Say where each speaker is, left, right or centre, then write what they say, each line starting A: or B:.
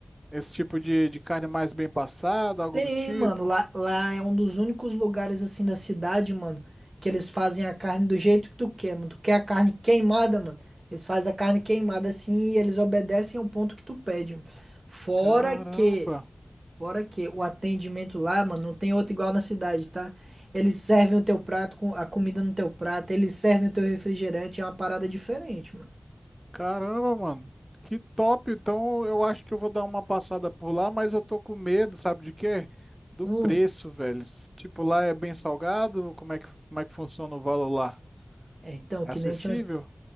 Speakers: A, on the right; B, on the right.
A: Esse tipo de, de carne mais bem passada, algo
B: Tem,
A: do tipo.
B: mano. Lá, lá é um dos únicos lugares assim da cidade, mano, que eles fazem a carne do jeito que tu quer, mano. Tu quer a carne queimada, mano. Eles fazem a carne queimada assim e eles obedecem ao ponto que tu pede. mano. Fora
A: Caramba,
B: que, fora que o atendimento lá, mano, não tem outro igual na cidade, tá? Eles servem o teu prato com a comida no teu prato, eles servem o teu refrigerante, é uma parada diferente, mano.
A: caramba, mano. Que top. Então eu acho que eu vou dar uma passada por lá, mas eu tô com medo, sabe de quê? Do
B: Hum.
A: preço, velho. S- Tipo, lá é bem salgado? Como é que, como é que funciona o valor lá?
B: É, então,
A: É
B: que
A: acessível?
B: nem eu tinha